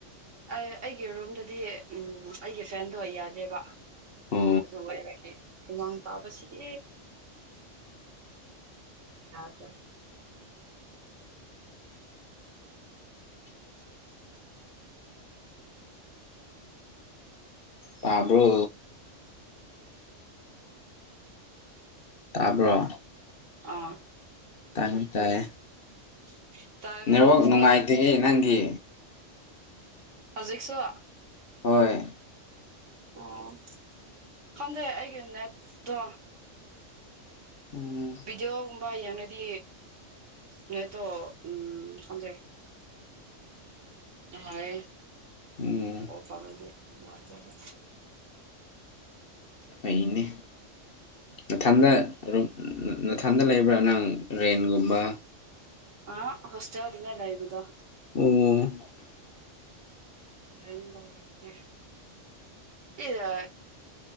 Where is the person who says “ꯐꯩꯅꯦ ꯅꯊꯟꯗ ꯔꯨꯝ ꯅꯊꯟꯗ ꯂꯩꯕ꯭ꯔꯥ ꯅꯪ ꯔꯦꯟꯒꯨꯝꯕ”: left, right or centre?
Left